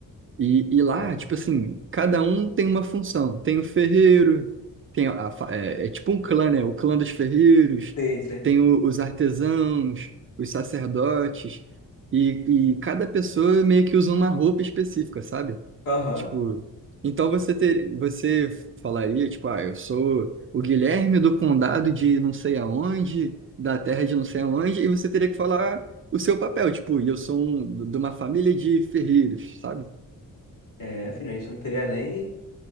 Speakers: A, on the right; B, on the left.
A: E, e lá,
B: Ah,
A: tipo assim, cada um tem uma função. Tem o ferreiro, tem a, fa- é, é tipo um clã, né? O clã dos ferreiros,
B: sei, sei.
A: tem o- os artesãos, os sacerdotes, e, e cada pessoa meio que usa uma roupa específica, sabe?
B: Aham.
A: Tipo, então você ter, você falaria, tipo, ah, eu sou o Guilherme do condado de não sei aonde, da terra de não sei aonde, e você teria que falar o seu papel, tipo, e eu sou um, de uma família de ferreiros, sabe?
B: É, filho, a gente não teria nem,